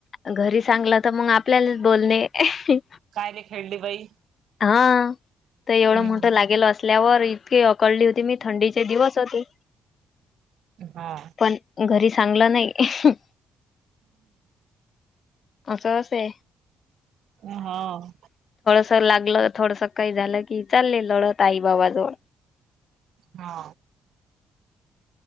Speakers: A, on the left (about 50°); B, on the right (about 70°).
A: घरी सांगलं! तर मग आपल्यालाच बोलणे हं
B: काय नाही ले खेळली बाई
A: हा तर एवढं
B: हम्म
A: मोठं लागेल. असल्यावर इतकी अकळली होती. मी थंडीचे दिवस होते!
B: हा
A: पण घरी सांगलं नाही. असंच हे
B: अं हह
A: असं लागलं, थोडसं काही झालं, की चालले लढत आई बाबाजवळ
B: हा